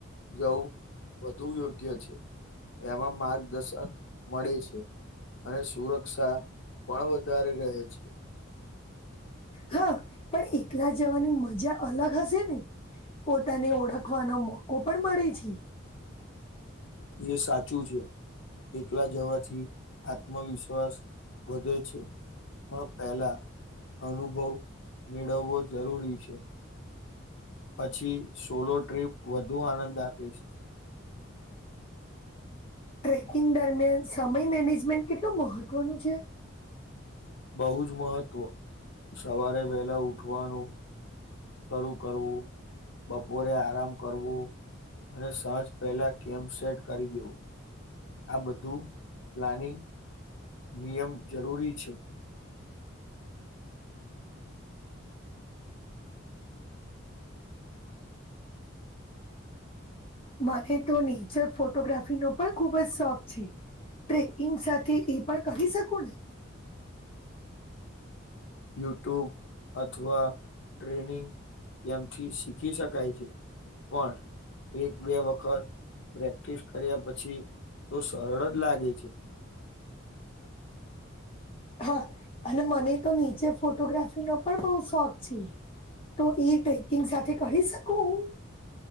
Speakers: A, on the left; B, on the left.
A: જવું વધુ યોગ્ય છે, એમાં માર્ગદર્શન મળે છે. અને સુરક્ષા પણ વધારે રહે છે,
B: હા, પણ એકલા જવાની મજા અલગ હશે ને. પોતાને ઓળખવાનો મોકો પણ મળે છે,
A: એ સાચું છે, કેટલા જવાથી આત્મવિશ્વાસ વધે છે, પણ પહેલા અનુભવ મેળવવો જરૂરી છે, પછી સોલો ટ્રીપ વધુ આનંદ આપે છે.
B: ટ્રેકિંગ દરમિયાન સમય મેનેજમેન્ટ કેટલું મહત્વનું છે.
A: બહુ જ મહત્વ સવારે વહેલા ઉઠવાનું શરૂ કરવું બપોરે આરામ કરવું અને સાજ પહેલા કેમ સેટ કરી દેવું આ બધું પ્લાનિંગ નિયમ જરૂરી છે,
B: મને તો નેચર ફોટોગ્રાફીનો પણ ખુબ જ શોખ છે. ટ્રેકિંગ સાથે એ પણ કહી શકું ને?
A: યુટ્યુબ અથવા ટ્રેનિંગ કેમથી શીખી શકાય છે. પણ એક બે વખત પ્રેક્ટિસ કર્યા પછી તો સરળ જ લાગે છે.
B: હા, અને મને તો નીચે ફોટોગ્રાફી નો પણ બહ શોખ છે, તો ઈ ટ્રેકિંગ સાથે કરી શકું હું?